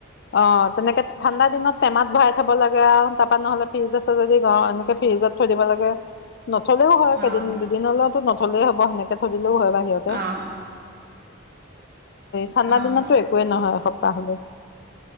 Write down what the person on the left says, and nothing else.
অ', তেনেকে ঠাণ্ডা দিনত টেমাত ভৰাই থ'ব লাগে আৰু তাৰপা নহ'লে, ফ্ৰিজ আছে যদি ঘৰৰ, এনেকে ফ্ৰিজত থৈ দিব লাগে। নথলেও হয় কেইদিন
দুদিনলৈতো নথলেই হ'ব সেনেকে থৈ দিলেও হয় বাহিৰতে।
ঠাণ্ডা
দিনতো একোৱেই নহয়, এসপ্তাহলে